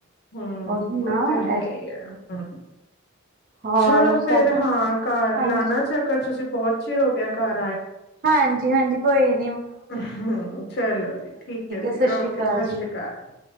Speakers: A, on the left; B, on the right.
A: ਹੂ,
B: ਉਹੀ ਨਾ
A: ਹੋਤੇ ਹੈ
B: ਇਹ ਚੱਕਰ
A: ਈ ਅ?
B: ਹੋਰ
A: ਚਲੋ
B: ਸਭ
A: ਫੇਰ ਹਾਂ, ਘਰ
B: ਹਾਂਜੀ
A: ਲਾਉਣਾ ਚੱਕਰ, ਤੁਸੀਂ ਬਹੁਤ ਚਿਰ ਹੋ ਗਿਆ ਘਰ
B: ਹਾਂਜੀ--ਹਾਂਜੀ ਕੋਈ ਨਹੀਂ
A: ਓ ਹੂ, ਚਲੋ ਜੀ ਠੀਕ ਹੈ ਫਿਰ
B: ਸਤਿ ਸ੍ਰੀ
A: ਓਕੇ,
B: ਅਕਾਲ
A: ਸਤਿ
B: ਜੀ
A: ਸ੍ਰੀ ਅਕਾਲ। <unintelligible>